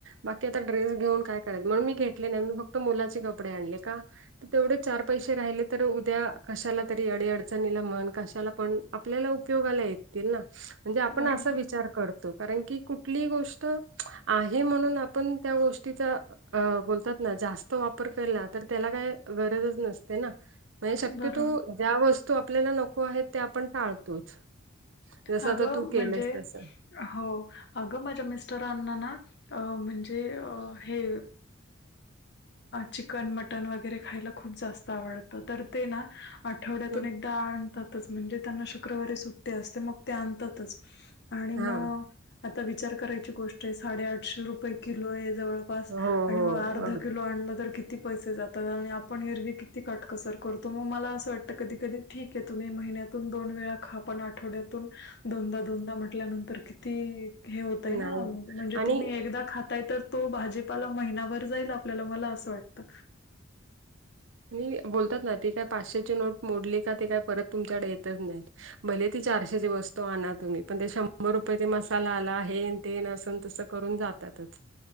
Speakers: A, on the right (about 70°); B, on the left (about 60°).
A: बाकी आता ड्रेस घेऊन काय करायचे, म्हणून मी घेतले नाही. मी फक्त मुलाचे कपडे आणले. का? तर तेवढे चार पैसे राहिले तर उद्या कशाला तरी अडी अडचणीला म्हण कशाला पण आपल्याला उपयोगाला येतील ना. म्हणजे आपण
B: बरोबर
A: असं विचार करतो. कारण की कुठली गोष्ट आहे म्हणून आपण त्या गोष्टीचा बोलतात ना जास्त वापर केला. तर त्याला काय गरजच नसते ना. क
B: बरोबर
A: तो ज्या वस्तू आपल्याला नको आहे त्या आपण टाळतोच जसं
B: अगं
A: आता तू केलंस
B: म्हणजे
A: तसं
B: हो अगं माझ्या मिस्टरांना ना अ म्हणजे हे चिकन मटन वगैरे खायला खूप जास्त आवडतं तर ते ना आठवड्यातून
A: हं.
B: एकदा आणतातच म्हणजे त्यांना शुक्रवारी सुट्टी असते मग ते आणतातच आणि
A: हा
B: मग आता विचार करायची गोष्ट आहे साडेआठशे रुपये किलो आहे जवळ
A: हो हो
B: मग अर्ध
A: अगदी
B: लं तर किती पैसे जातात आणि आपण हेरवी किती काटकसर करतो मग मला असं वाटतं कधी कधी ठीक आहे तुम्ही महिन्यातून दोन वेळा खा पण आठवड्यातून दोनदा दोनदा म्हटल्यानंतर किती हे होतय ना
A: नाही
B: म्हणजे
A: आणि
B: तुम्ही एकदा खाताय तर तो भाजीपाला महिनाभर जाय लागतो आपल्याला मला असं वाटतं
A: आणि बोलतात ना ती काय पाचशेची नोट मोडली का ते काय परत तुमच्याकडे येतच नाही मले ती चारशेची वस्तू आणा तुम्ही पण शंभर रुपये ते मसाला आला आहे ते तस करून जातातच